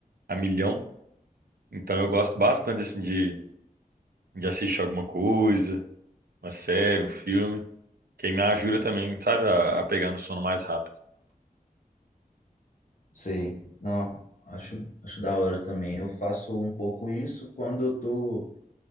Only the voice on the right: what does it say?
a milhão. Então, eu gosto bastante, assim, de, de assistir alguma coisa, uma série, um filme. Quem me ajuda também, sabe, a, a pegar no sono mais rápido.